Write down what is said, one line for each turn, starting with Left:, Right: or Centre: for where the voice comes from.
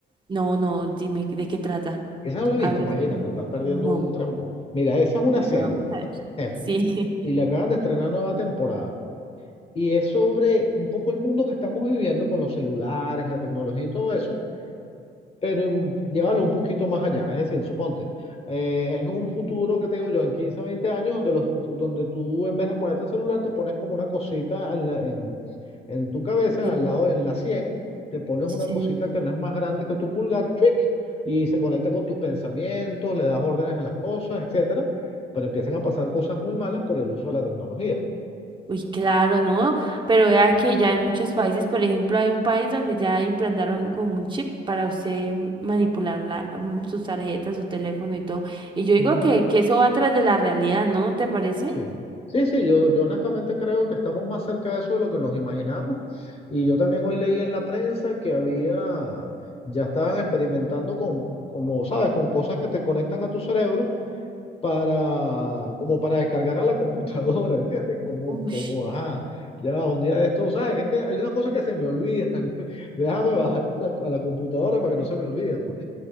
Right: No, no, dime de qué trata.
Left: Esa no la he visto,
Right: A ver
Left: imagínate,
Right: si me entiendo.
Left: estás perdiendo
Right: No.
Left: un tren. Mira, esa es una
Right: Bueno,
Left: serie,
Right: vamos a ver.
Left: Netflix,
Right: Sí, <laughs>
Left: y le acaban de estrenar nueva temporada. Y es sobre un poco el mundo que estamos viviendo con los celulares, la tecnología y todo eso, pero mm, llévalo un poquito más allá. Es decir, suponte, eh, es un futuro que te digo yo, en quince a 20 años, donde, los, donde tú en vez de ponerte el celular, te pones como una cosita en, la- en- en tu cabeza,
Right: sí,
Left: al lado de la 100, te pones
Right: sí.
Left: una cosita que no es más grande que tu pulgar, ¡chuic! y se conecta con tus pensamientos, le das órdenes a las cosas, etcétera, pero empiezan a pasar cosas muy malas por el uso de la tecnología.
Right: Uy, claro, ¿no? Pero vea que ya en muchos países, por ejemplo, hay un país donde ya implantaron como un chip para usted manipular la, mm, sus tarjetas, su teléfono y todo. Y yo digo
Left: Ujú.
Right: que, que eso va tras de la realidad, ¿no? ¿Te parece?
Left: Sí. Sí, sí, yo, yo honestamente creo que estamos más cerca de eso de lo que nos imaginamos. Y yo también hoy leí en la prensa que había, ya estaban experimentando con, como sabes, con cosas que te conectan a tu cerebro para, como para descargar a la computadora, ¿entiendes? Como,
Right: Uf,
Left: como, ajá, ya va, un día de esto, ¿sabes? Es que hay unas cosas que se me olvidan. <laughs> Déjame bajar a la, a la computadora para que no se me olviden, pues.